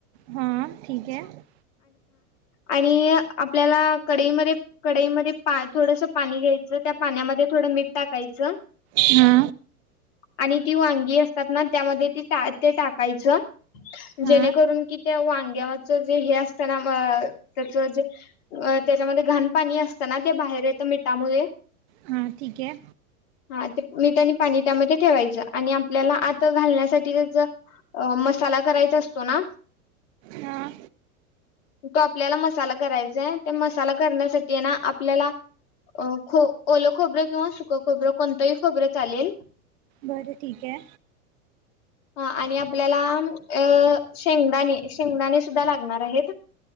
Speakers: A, on the right; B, on the left.
A: हा ठीक आहे.
B: आणि आपल्याला कडईमध्ये-कडईमध्ये थोडसं पा पाणी घ्यायचं. त्या पाण्यामध्ये थोडं मीठ टाकायचं
A: हा!
B: आणि ती वांगी असतात ना त्यामध्ये ती-ते टाकायचं.
A: हा
B: जेणेकरून की त्या वांग्यावरच जे हे असतं ना त्याच जे त्याच्यामध्ये घाण पाणी असतं ना ते बाहेर ये त मिठामुळे
A: हं ठीक आहे.
B: हा ते मीठ आणि पाणी त्यामध्ये ठेवायचं आणि आपल्याला आत घालण्यासाठी ज मसाला करायचा अस तो ना
A: हा
B: तो कापलेला म मसाला करायचाय ते मसाला करण्यासाठी ना आपल्याला अ खो ओल खोबरं किंवा सुख खोबरं कोणतंही खोबरं चालेल.
A: बरं ठीक आहे.
B: हा आणि आपल्याला अ शेंगदाणे शेंगदाणे सुद्धा लागणार आहेत.